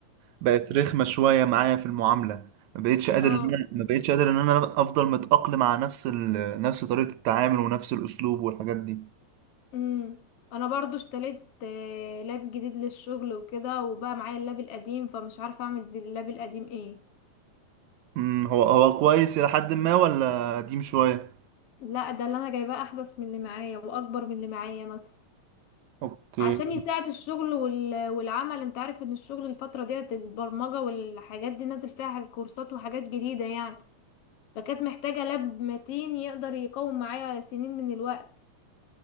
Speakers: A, on the right (about 75°); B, on the left (about 55°).
A: بقت رخمة شوية معايا في المعاملة ما بقتش قادر
B: اه
A: إن أنا ما بقتش قادر إن أنا أفضل متأقلم على نفس ال... نفس طريقة التعامل ونفس الأسلوب والحاجات دي
B: امم انا برضو اشتريت آه، لاب جديد للشغل وكده وبقى معايا اللاب القديم فمش عارفه اعمل باللاب القديم ايه
A: امم هو هو كويس إلى حد ما ولا قديم شوية
B: لا ده اللي انا جايباه احدث من اللي معايا واكبر من اللي معايا مثلا
A: أوكي
B: عشان يساعد الشغل وال... والعمل انت عارف ان الشغل الفتره ديت البرمجه والحاجات دي نازل فيها حاجة كورسات وحاجات جديده يعني فكانت محتاجه لاب متين يقدر يقوم معايا سنين من الوقت